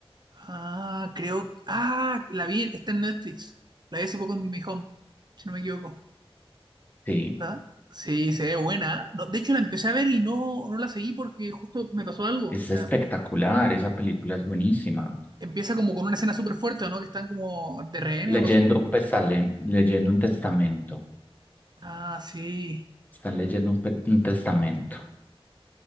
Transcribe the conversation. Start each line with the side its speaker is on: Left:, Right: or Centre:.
Right: Ah, creo. Ah, la vi, está en Netflix. La vi hace poco en mi home, si no me equivoco.
Left: Sí,
Right: ¿Ah? Sí, se ve buena. No, de hecho, la empecé a ver y no, no la seguí porque justo me pasó algo.
Left: es espectacular,
Right: La-
Left: esa película es buenísima.
Right: empieza como con una escena súper fuerte, ¿o ¿no? Que están como de rehenes,
Left: Leyendo
Right: algo así.
Left: un, pesale- leyendo un testamento.
Right: Ah, sí.
Left: Están leyendo un, pe- un testamento.